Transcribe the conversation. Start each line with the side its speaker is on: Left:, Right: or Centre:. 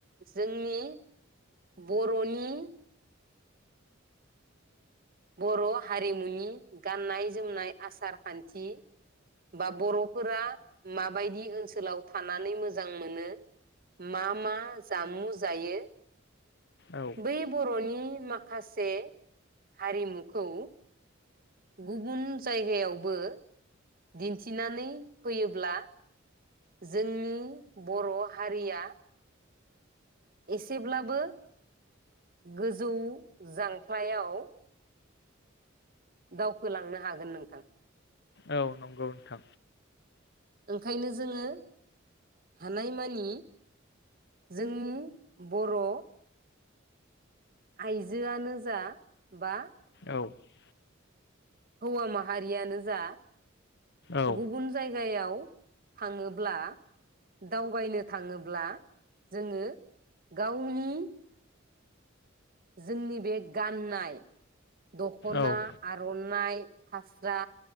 Right: जोंनि बर'नि बर हारिमुनि गाननाय जोमनाय आसार खान्थि बा बरफोरा माबायदि ओनसोलाव थानानै मोजां मोनो मा मा जामु जायो
Left: औ
Right: बै बरनि माखासे हारिमुखौ गुबुन जायगायावबो दिन्थिनानै फैयोब्ला जोंनि बर' हारिया एसेब्लाबो गोजौ जांख्लायाव दावखोलांनो हागोन नोंथां।
Left: औ नंगौ नोंथां।
Right: ओंखायनो जोङो हानायमानि जोंनि बर' आइजोआनो जा बा
Left: औ
Right: हौवा माहारियानो जा
Left: औ
Right: गुबुन जाय जायगायाव थाङोब्ला दावबायनो थाङोब्ला जोङो गावनि जोंनि बे गाननाय दखना
Left: औ
Right: आरनाइ फास्रा